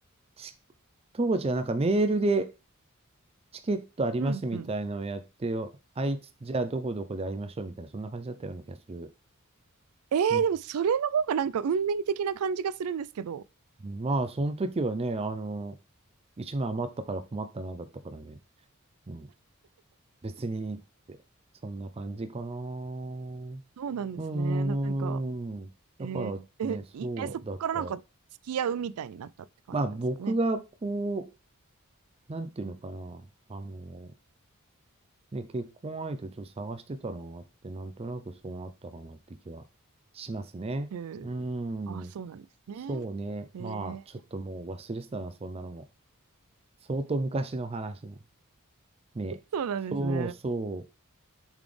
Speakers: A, on the right; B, on the right.
A: ち当時はなんかメールでチケットありますみたいのをやって、
B: うんうん。
A: あいつ、じゃあどこどこで会いましょうみたいな、そんな感じだったような気がする。
B: えー、
A: うん、
B: でもそれの方がなんか運命的な感じがするんですけど、
A: まあ、その時はね、あの、1枚余ったから困ったな、だったからね。うん、別にって、そんな感じかな。う
B: そうなんですね。
A: ーん。
B: なんか、
A: だからね、
B: えーえ、いえ、
A: そうだった。
B: そこからなんか付き合うみたいになったって感じなんですかね。
A: まあ僕がこう、なんていうのかな。あので、結婚相手をちょっと探してたのがあって、なんとなくそうなったかなって気はしますね。
B: えー、
A: うー
B: あ、そうなんですね。
A: ん。そうね。
B: え
A: まあ、ちょっともう忘れてたな、
B: ー、
A: そんなのも。相当昔の話の。ね。
B: そうなんですね。
A: そうそう。